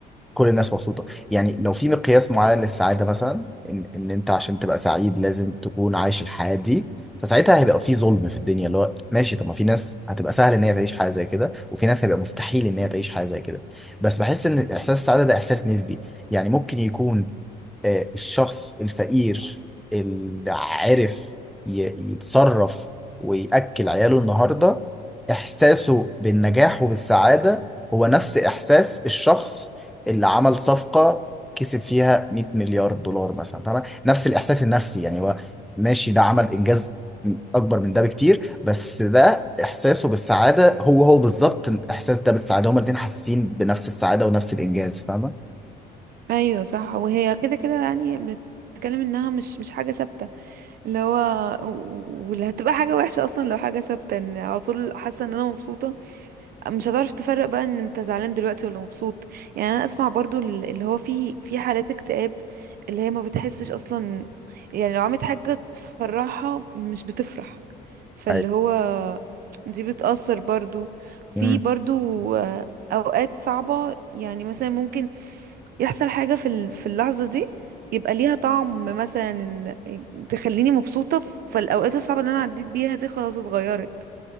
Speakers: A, in the centre; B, on the right.
A: كل الناس مبسوطة يعني لو في مقياس معين للسعادة مثلا إن, إن أنت عشان تبقى سعيد لازم تكون عايش الحياة دي فساعتها هيبقى في ظلم في الدنيا اللي هو ماشي طب ما في ناس هتبقى سهل إن هي تعيش حياة زي كده وفي ناس هيبقى مستحيل إن هي تعيش حياة زي كده بس بحس إن إحساس السعادة ده إحساس نسبي يعني ممكن يكون آه، الشخص الفقير اللي عرف ي- يتصرف ويأكل عياله النهاردة إحساسه بالنجاح وبالسعادة هو نفس إحساس الشخص اللي عمل صفقة كسب فيها 100 مليار دولار مثلا فاهمة؟ نفس الإحساس النفسي يعني هو ماشي ده عمل إنجاز أكبر من ده بكتير بس ده إحساسه بالسعادة هو هو بالظبط الإحساس ده بالسعادة هما الاتنين حاسين بنفس السعادة ونفس الإنجاز فاهمة؟
B: ايوه صح وهي كده كده يعني بتتكلم انها مش مش حاجه ثابته اللي هو و- واللي هتبقى حاجه وحشه اصلا لو حاجه ثابته ان على طول حاسه ان انا مبسوطه مش هتعرف تفرق بقى ان انت زعلان دلوقتي ولا مبسوط يعني انا اسمع برضو ال- اللي هو في في حالات اكتئاب اللي هي ما بتحسش اصلا يعني لو عملت حاجه تفرحها مش بتفرح فاللي
A: أيوة
B: هو دي بتأثر برضو في
A: أمم.
B: برضو آه، اوقات صعبه يعني مثلا ممكن يحصل حاجة في ال- في اللحظة دي يبقى ليها طعم مثلا إن- تخليني مبسوطة فالأوقات الصعبة اللي أنا عديت بيها دي خلاص اتغيرت